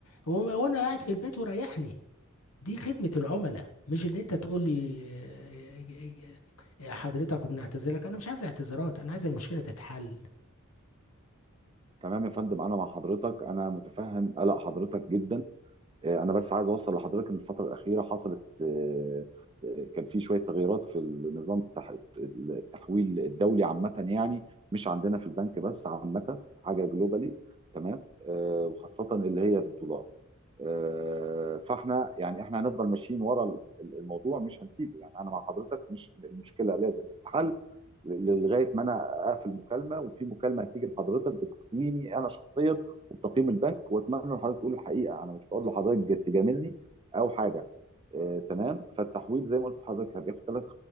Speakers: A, on the left; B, on the right.
A: و- وانا قاعد في البيت وريحني دي خدمه العملاء مش ان انت تقول لي آه، آه، آه، آه، حضرتك وبنعتذرك انا مش عايز اعتذارات انا عايز المشكله تتحل
B: تمام يا فندم أنا مع حضرتك أنا متفهم قلق حضرتك جدا آه، انا بس عايز اوصل لحضرتك ان الفتره الاخيره حصلت آه، آه، كان في شويه تغييرات في النظام التح- التحويل الدولي عامه يعني مش عندنا في البنك بس عامه حاجه جلوبالي تمام آه، وخاصه اللي هي بالدولار آه، فاحنا يعني احنا هنفضل ماشيين ورا ال- الموضوع مش هنسيبه يعني انا مع حضرتك مش المشكله لازم تتحل ل- لغايه ما انا اقفل مكالمه وفي مكالمه هتيجي لحضرتك بتقييمي انا شخصيا وبتقييم البنك واتمنى ان حضرتك تقول الحقيقه انا مش بقول لحضرتك جت- تجاملني او حاجه آه، تمام فالتحويل زي ما قلت لحضرتك هتاخد ثلاث